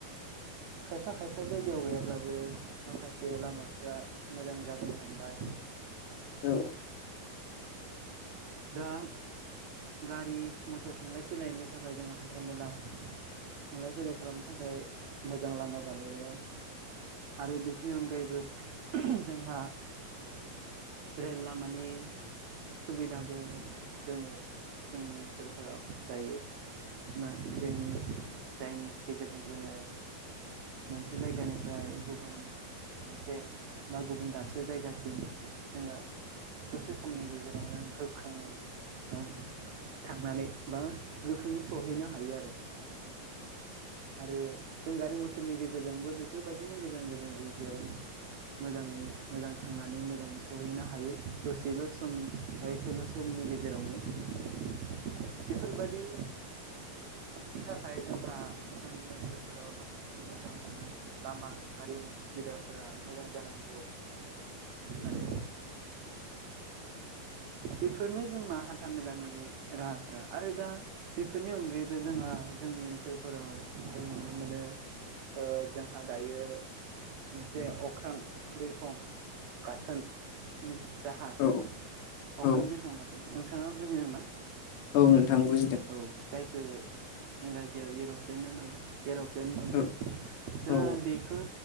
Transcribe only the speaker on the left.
औ
औ औ
औ नोंथां बुजिदों।
औ
औ